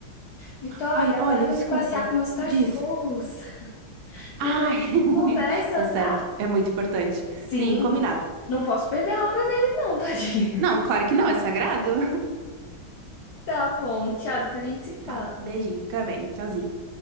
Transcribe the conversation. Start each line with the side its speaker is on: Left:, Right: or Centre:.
Left: Vitória,
Right: Ai, olha,
Left: agora eu tenho
Right: desculpa.
Left: que passear com meus cachorros.
Right: Diz.
Left: <laughs>
Right: Ai,
Left: Depois a gente
Right: <laughs>
Left: conversa,
Right: tá
Left: tá?
Right: certo. É muito importante.
Left: Sim,
Right: Sim, combinado.
Left: não posso perder a hora deles, não, <laughs> tadinho.
Right: Não, claro que não, é sagrado.
Left: Tá bom, tchau, depois a gente se fala.
Right: Tá, beijinho, fica bem. Tchauzinho.